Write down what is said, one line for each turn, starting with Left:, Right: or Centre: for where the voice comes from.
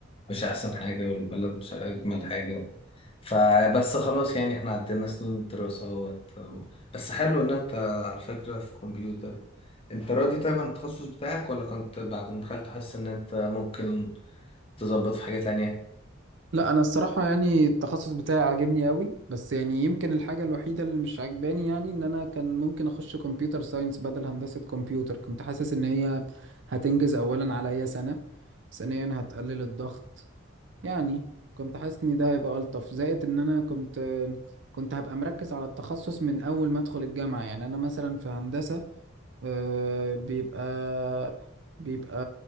Left: مش أحسن حاجة والبلد مش أجمل حاجة فبس خلاص يعني احنا عدينا سنين الدراسة اهوت بس حلو إن أنت على فكرة في كمبيوتر أنت راضي طيب عن التخصص بتاعك ولا كنت بعد ما دخلت حاسس إن أنت ممكن تظبط في حاجة تانية؟
Right: لا انا الصراحه يعني التخصص بتاعي عاجبني قوي بس يعني يمكن الحاجه الوحيده اللي مش عاجباني يعني ان انا كان ممكن اخش كمبيوتر ساينس بدل هندسه كمبيوتر كنت حاسس ان هي هتنجز اولا عليا سنه ثانيا هتقلل الضغط يعني كنت حاسس ان ده هيبقى الطف زائد ان انا كنت كنت هبقى مركز على التخصص من اول ما ادخل الجامعه يعني انا مثلا في هندسه آه، بيبقى بيبقى